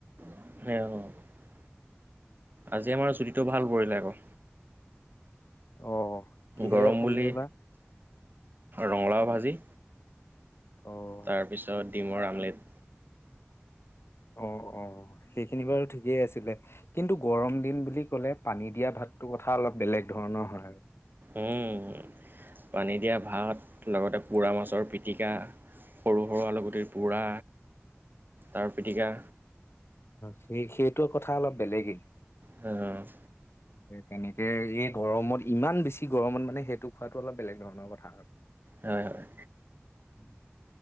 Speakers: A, on the right; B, on the left.
A: উ আজি আমাৰ জুটিটো ভাল পৰিলে আকৌ
B: অ কিহেৰে
A: গৰম
B: পৰিলে
A: বুলি
B: বা
A: ৰঙালাও ভাজি।
B: অ
A: তাৰপিছত ডিমৰ আমলেট
B: অ অ সেইখিনি বাৰু ঠিকেই আছিলে কিন্তু গৰম দিন বুলি ক'লে পানী দিয়া ভাতটোৰ কথা অলপ বেলেগ ধৰণৰ হয় আৰু।
A: উম, পানী দিয়া ভাত লগতে পোৰা মাছৰ পিটিকা সৰু সৰু আলুগুটিৰ পোৰা তাৰ পিটিকা।
B: সেই সেইটো কথা অলপ বেলেগেই।
A: উম
B: তেনেকে এই গৰমত ইমান বেছি গৰমত মানে সেইটো খোৱাাতটো অলপ বেলেগ ধৰণৰ কথা আৰু।
A: হয় হয়।
B: উম